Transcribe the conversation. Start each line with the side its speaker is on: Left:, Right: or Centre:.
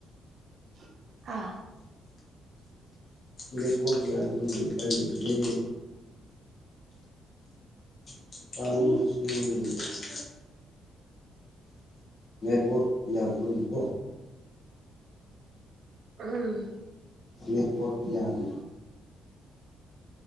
Right: <unintelligible> ꯍꯥ꯫
Left: ꯅꯦꯠꯋꯛ ꯌꯥꯗꯕꯒꯤ ꯎꯄꯥꯏ ꯂꯩꯠ꯭ꯔꯦ꯫ <inaudible>
Right: ꯀꯔꯤ
Left: ꯅꯦꯠꯋꯔꯛ ꯌꯥꯎꯗꯕꯒꯤꯀꯣ꯫
Right: <unintelligible>
Left: ꯅꯦꯠꯋꯛ ꯌꯥꯗꯕ